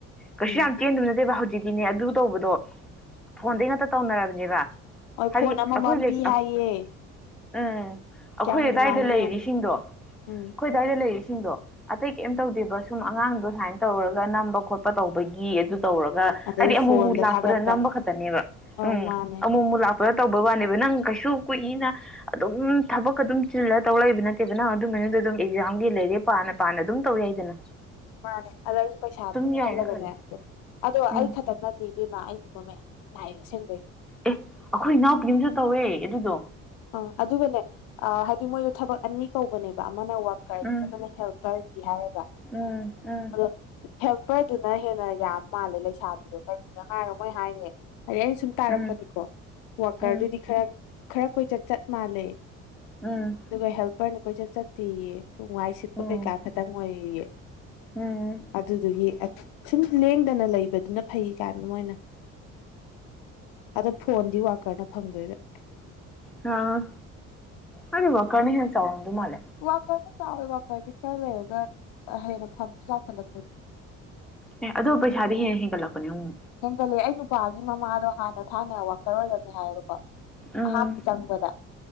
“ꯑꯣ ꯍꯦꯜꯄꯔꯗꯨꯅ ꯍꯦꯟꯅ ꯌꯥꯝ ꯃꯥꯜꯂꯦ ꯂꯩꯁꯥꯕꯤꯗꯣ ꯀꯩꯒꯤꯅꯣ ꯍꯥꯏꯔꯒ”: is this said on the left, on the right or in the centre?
Left